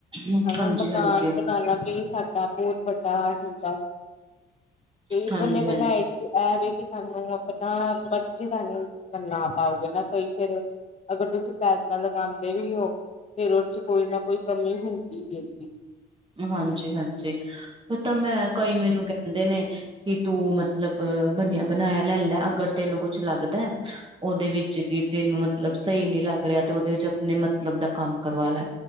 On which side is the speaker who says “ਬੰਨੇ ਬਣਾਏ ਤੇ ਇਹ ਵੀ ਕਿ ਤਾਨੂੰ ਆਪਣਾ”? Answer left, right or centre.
Left